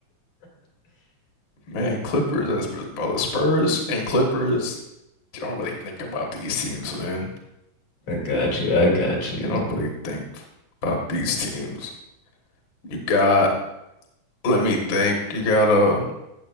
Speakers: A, on the left; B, on the left.
A: Man, Clippers and Spurs, brother. Spurs and Clippers. You don't really think about these teams, man.
B: got you. I got you.
A: You don't really think about these teams. You got. Let me think. You got a.